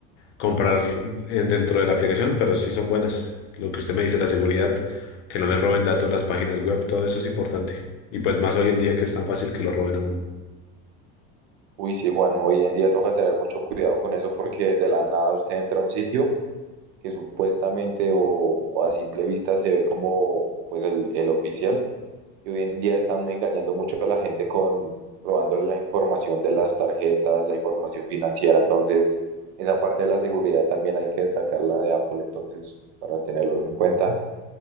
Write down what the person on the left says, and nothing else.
comprar en- dentro de la aplicación, pero sí son buenas. Lo que usted me dice, la seguridad, que no le roben datos las páginas web, todo eso es importante. Y pues más hoy en día que es tan fácil que lo roben a uno.